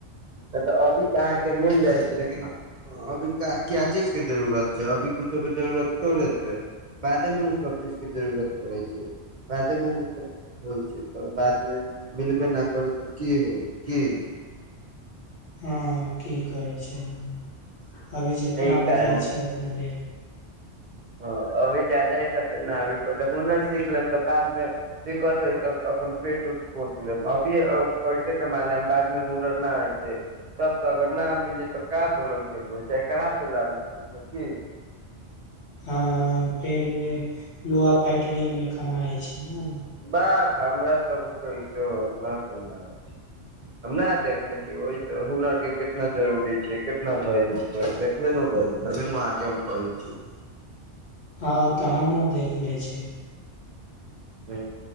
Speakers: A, on the right; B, on the left.
A: तऽ अभी तऽ अहाँके मिल जाइ छै लेकिन हँ अभी क्या क्या चीज के जरूरत छै अभी कुछो के जरूरत थोड़े छै। बादे मे नू सब चीज के जरूरत पड़ै छै बादे मे नै तऽ होइ छै तऽ बाद मे मिलबे ना करी तऽ की होइ की।
B: हँ की करै छै हँ अभी जितना
A: एहि
B: हो
A: कारण
B: जाइ छै उतना ले लेब
A: हँ अभी ज्यादा हय तब तऽ ना अभी पहिले हुनर सीख लेम तऽ बाद मे दिक्कत हइ तऽ अपन पेट उट पोस लेब अभीए पैसे कमा लेम बाद मे हुनर न होइ छै तब तऽ अगर ना मिली तऽ का बोलम ककरो से कहाँ से लाम कुछो की
B: हँ फेर उहे लोहा फैक्ट्रीये मे कमाइ छै न
A: बाख हमरा सब के ई सब न <unintelligible> होइ छै हम ना देखले छी ओहि तऽ हुनर के कितना जरूरी छै कितना वैल्यू छै हम देख उहे नु भइ तबे नु अहाँके हम कहै छी
B: हँ ओ तऽ हमहुँ देखले छी।
A: हूंम्म